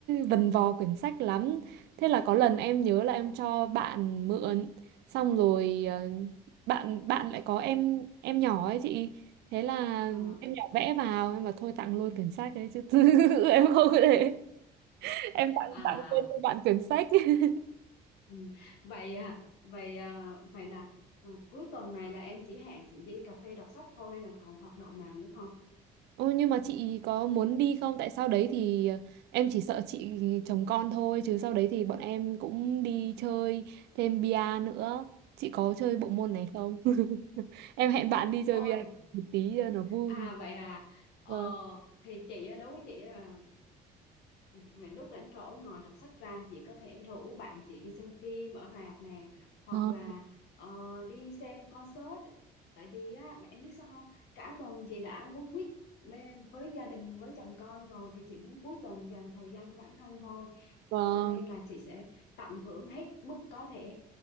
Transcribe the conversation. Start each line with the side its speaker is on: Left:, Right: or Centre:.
Right: vần vò quyển sách lắm. Thế là có lần em nhớ là em cho bạn mượn xong rồi ờ, bạn bạn lại có em em nhỏ ấy chị. Thế là
Left: Ờ
Right: em nhỏ vẽ vào em bảo thôi tặng luôn quyển sách đấy chứ <laughs> em không có để em tặng
Left: à
Right: tặng quên cho bạn quyển sách. <laughs>
Left: ừ. vậy à vậy à, vậy là ừ, cuối tuần này là em chỉ hẹn chị đi cà phê đọc sách thôi hay là còn hoạt động nào nữa không?
Right: Ôi nhưng mà chị có muốn đi không? Tại sau đấy thì ờ, em chỉ sợ chị chồng con thôi chứ sau đấy thì bọn em cũng đi chơi thêm bia nữa. Chị có chơi bộ môn này không? <laughs> Em hẹn bạn đi chơi
Left: Ôi
Right: bia một tí cho nó vui.
Left: à vậy à. Ờ
Right: Vâng.
Left: thì chị á, đối với chị á, về lúc rảnh rỗi ngoài đọc sách ra chị có thể rủ bạn chị đi xem phim ở rạp nè hoặc
Right: Vâng.
Left: là ờ, đi xem concert tại vì á em biết sao không cả tuần chị đã quấn quýt bên với gia đình với chồng con rồi thì chị muốn cuối tuần dành thời gian cho bản thân thôi
Right: Vâng.
Left: cho nên là chị sẽ tận hưởng hết mức có thể